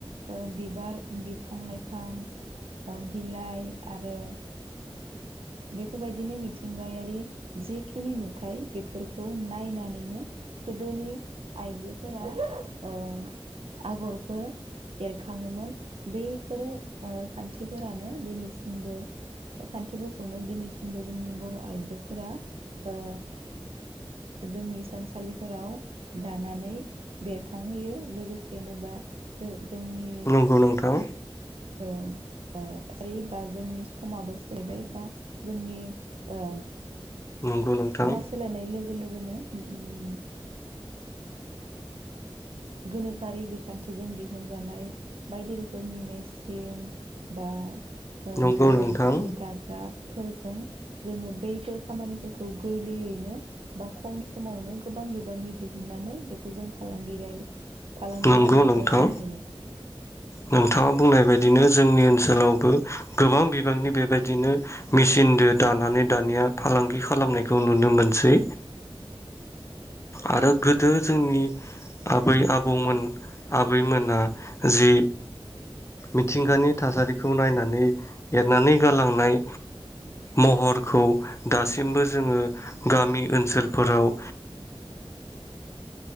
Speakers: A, on the right; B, on the left.
A: ओ बिबार बिफां लाइफां ओ बिलाइ आरो बेफोरबायदिनो मिथिंगायारि जिखिनि नुथाय बेफोरखौ नायनानैनो गोदोनि आइजोफोरा अ आगरफोर एरखाङोमोन बैफोरो ओ खान्थिफोरानो दिनैसिमबो खान्थिफोरखौनो दिनैसिमबो जोंनि बर' आइजोफोरा ओ जोंनि इस सानलिफोराव दानानै बे थांहोयो लोगोसेनो दा जोंनि
B: नंगौ नोंथां
A: ओं ओ थारै बा जोंनि समाबो सोलैबाय बा जोंनि ओ
B: नंगौ नोंथां
A: समा सोलायनाय लोगो लोगो गोनो उम गोनोखोआरि बिखान्थिजों दिहुनजानाय बायदि रोखोमनि मेसिन बा ओ
B: नंगौ
A: बेफोरबायदि
B: नोंथां
A: जि दाग्रा फोरजों जोङो बैफोर खामानिफोरखौ गोरलैयैनो बा खम समावनो गोबां बिबांनि दिहुननानै बेखौ जों फालांगिरियारि फालांगियाव
B: नंगौ
A: दैथायहरनो
B: नोंथां
A: हायो।
B: नोंथाङा बुंनाय बायदिनो जोंनि ओनसोलावबो गोबां बिबांनि बेबायदिनो मेचिनदो दानानै दानिया फालांगि खालामनायखौ नुनो मोनसै। आरो गोदो जोंनि आबै आबौमोन आबैमोना जि मिथिंगानि थासारिखौ नायनानै एरनानै गालांनाय महरखौ दासिमबो जोङो गामि ओनसोलफोराव